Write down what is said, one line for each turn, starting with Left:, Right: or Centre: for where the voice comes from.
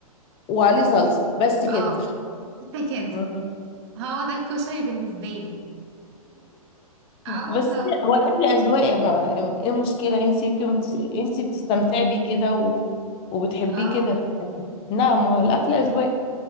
Left: وعليه صلصة بس كده
Right: اه ده كده
Left: آه.
Right: هو ده الكشري بالنسبه لي اه
Left: بس
Right: والله
Left: هو الاكل اذواق يا ما- ايه المشكلة انت يمكن بت... انت بتستمتعي بيه كده و... وبتحبيه
Right: اه
Left: كده لا ما هو الاكل اذواق